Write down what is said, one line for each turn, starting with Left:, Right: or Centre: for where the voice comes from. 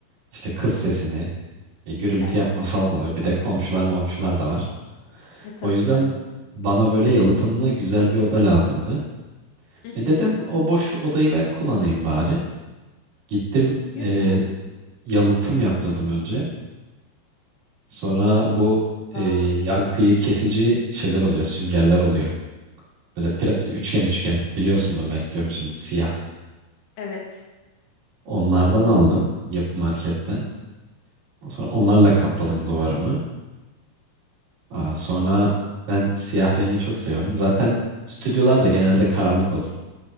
Right: işte kız sesini, e, gürültü
Left: Evet.
Right: yapma falan oluyor. Bir de komşular momşular da var.
Left: E tabii
Right: O yüzden
Left: canım.
Right: bana böyle yalıtımlı güzel bir oda lazımdı.
Left: Hı
Right: E
Left: hı.
Right: dedim o boş odayı ben kullanayım bari. Gittim
Left: Güzel.
Right: e, yalıtım yaptırdım önce. Sonra bu e,
Left: Vay.
Right: yankıyı kesici şeyler oluyor, süngerler oluyor. Böyle pira- üçgen üçgen biliyorsundur belki görmüşsünüz siyah.
Left: Evet.
Right: Onlardan aldım yapı marketten. Sonra onlarla kapladım duvarımı. Aa, sonra ben siyah rengi çok seviyorum. Zaten stüdyolar da genelde karanlık olur.